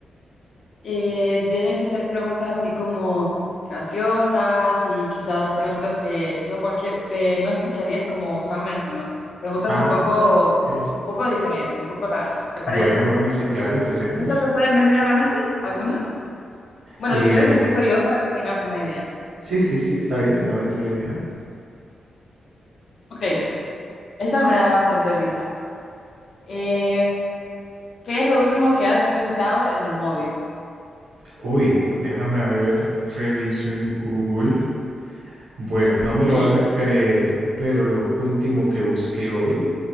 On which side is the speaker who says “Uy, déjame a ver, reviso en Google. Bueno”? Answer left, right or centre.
Right